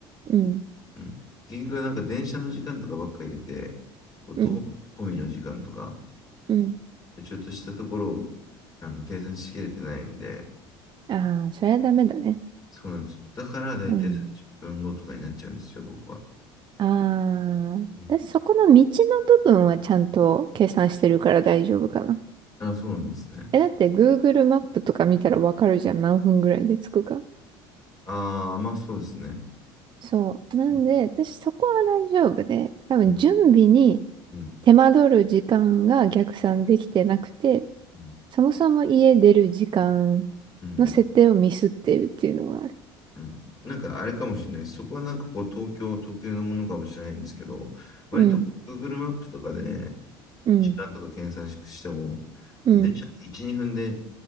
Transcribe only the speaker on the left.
うん。結局なんか電車の時間とかばっか入れて、こ徒歩込みの時間とか、
ちょっとしたところをあの計算しきれてないんで、
そうなんですよ。だから大体1
0分後とかになっちゃうんですよ、僕は。
うん
あ、そうなんですね。
ああ、まあそうですね。
う
ん、うん、
うん、
うん、
うん。なんかあれかもしれないです。そこはなんかこう東京特有のものかもしれないんですけど、割とこう
Google マップとかで
時間とか計算しても、
電車って1、2分で